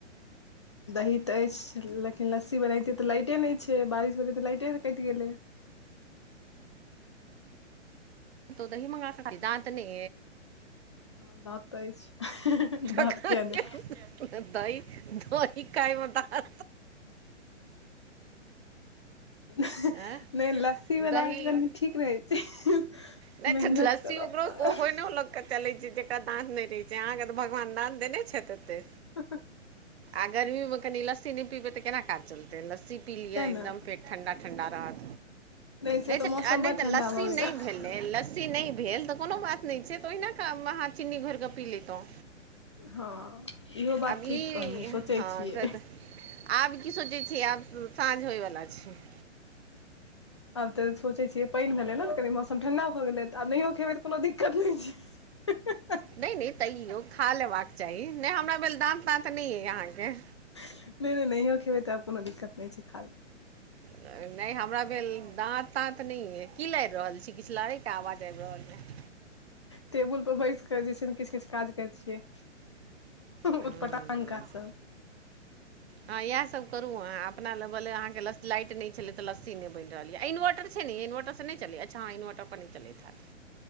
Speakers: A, on the left; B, on the right.
A: दही तऽ अछि, लेकिन लस्सी बनैतियै तऽ लाइटे नहि छै, बारिश भऽ गेलै तऽ लाइते नहि कट गेलै
B: तो दही मगा कऽ खा <unintelligible> दाँत ने
A: हँ, दाँत तऽ अछि,
B: तखन
A: दाँत किया नै
B: दही, दही खायमे दऽ।
A: नहि,
B: आँय
A: लस्सी बना
B: दही
A: के कनि ठीक रहै छै,
B: नहि
A: मेहनत
B: छै लस्सी
A: करऽ
B: ओकरो
A: पड़त
B: ओहो नहि चलै छै, जेकरा दांत नहि रहै छै, अहाँकेँ तऽ भगवान दंत देने छै, छथि एते
A: ह।
B: आ गर्मी मे कनि लस्सी नहि पीबे तऽ केना काज चलते लस्सी पी लियए
A: तैँ
B: एकदम
A: ने
B: फेर ठण्डा। ठण्डा रहत,
A: से
B: नहि तऽ
A: मौसम बड़ ठण्डा
B: लस्सी
A: भऽ गेलै
B: नहि लस्सी नहि भेल तऽ, कोनो बात नहि छै, तऽ ओहिना खाउ माहा चीनी घोर कऽ पी लीतौ
A: हँ, इहो बात
B: आब
A: ठीक
B: ई
A: कहलहूँ सोचै
B: हँ
A: छियै।
B: तऽ आब की सोचै छै आब साँझ होयवला छै।
A: आब तऽ सोचै छियै, पाइन भेलै ने तऽ कनि मौसम ठंडा भऽ गेलै तऽ आ नहि। एहिमे तऽ कोनो दिक्कत नहि छै
B: नहि नहि तैयो खा लेबाक चाही नहि हमरा भेल दाँत ताँत नहि यइ अहाँके
A: नहि नहि नहियो खेबै तऽ आब कोनो दिक्कत नहि छै खा ले
B: नहि हमरा भेल दाँत दाँत नहियै की लाइड़ रहल छी किछ लड़ैके आवाज आबि रहल यऽ
A: टेबुल पर बैसि कऽ जे छै ने किछ किछ काज करैत छियै
B: हँ
A: उतपटांग काज सब
B: हँ इएह सभ करू अहाँ अपना लेबले अहाँके ल लाइट नहि छलै तऽ लस्सी नै बनि रहल ये आ इनवर्टर छै ने यै इनवर्टर से नहि चलै अच्छा हँ इनवर्टर पर नहि चलैत हैत